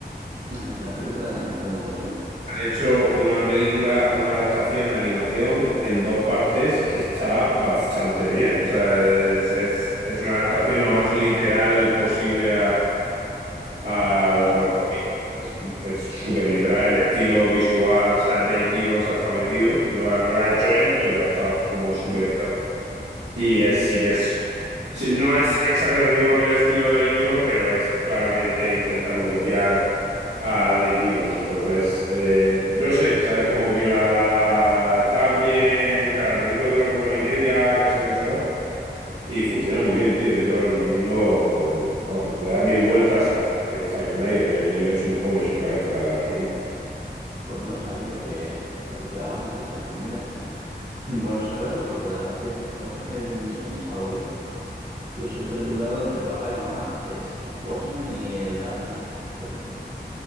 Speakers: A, on the right (about 70°); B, on the right (about 85°).
A: ¿no han hecho una película de animación de Watchmen?
B: Han hecho una película, una adaptación de animación en dos partes que está bastante bien. O sea, es, es- es una adaptación lo más literal posible al, al
A: No,
B: cómic. Es es súper literal el estilo visual. O sea, Dave Gibbons ha estado metido. No la, no la ha hecho él, pero ha estado como supervisando.
A: Mm,
B: Y es, sí que es. sí, no es exactamente igual que el estilo de Dave Gibbons, pero es claramente intentando copiar a Dave Gibbons. Entonces, eh, no sé, ¿sabes? Como que la, la. Está bien. Cada película dura como hora y media, casi dos horas. Y funciona muy bien, tío. Yo te lo recomiendo. Vamos, le da mil vueltas
A: no, pues,
B: a la peli del Zack Snyder, que aquello es un pollo sin cabeza absoluto.
A: pues no sabía que que había una de esas. Pues mira, <laughs> bueno saberlo porque la verdad es que Watchmen es de mis cómics favoritos. Yo siempre he dudado entre papá y mamá, que es Watchmen y el Dark Knight Returns